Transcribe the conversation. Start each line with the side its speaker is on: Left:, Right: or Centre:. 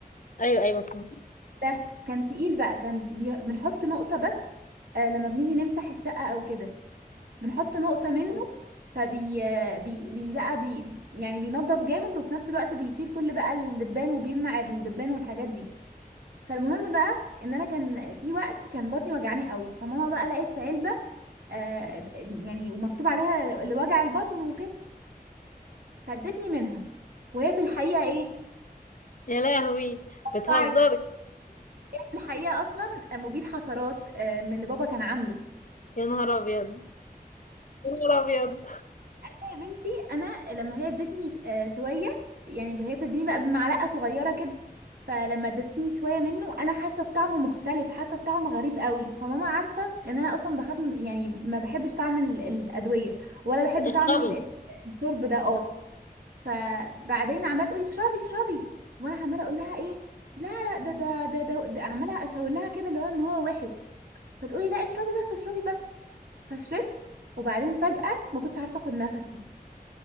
Left: ايوه ايوه فهمت
Right: ده كان تقيل بقى كان بي... بنحط نقطة بس آه لما بنيجي نمسح الشقة أو كده بنحط نقطة منه فبي بي... بي بقى بي... يعني بينضف جامد وفي نفس الوقت بيشيل كل بقى الدبان وبيمنع الدبان والحاجات دي فالمهم بقى ان انا كان في وقت كان بطني وجعاني قوي فماما بقى لقيت علبه آه يعني ومكتوب عليها لوجع البطن وكده فادتني منها وهي في الحقيقه ايه
Left: يا لهوي بتهزري
Right: طعي هي في الحقيقه اصلا مبيد حشرات آه من اللي بابا كان عامله
Left: يا نهار ابيض يا نهار ابيض
Right: انا يا بنتي انا لما هي ادتني ش- آه، شويه يعني هي بتديني بقى بمعلقه صغيره كده فلما ادتني شويه منه انا حاسه بطعم مختلف حاسه بطعم غريب قوي فماما عارفه ان انا اصلا بخاف من- يعني ما بحبش طعم ال- الادويه ولا بحب
Left: اشربي
Right: طعم ال- ال- الشرب ده اه فبعدين عماله تقولي اشربي اشربي وانا عماله اقول لها ايه لا لا ده ده ده ده, ده عماله اشاور لها كده اللي هو ان هو وحش فتقولي لا اشربي بس اشربي بس فشربت وبعدين فجأة ما كنتش عارفه اخد نفسي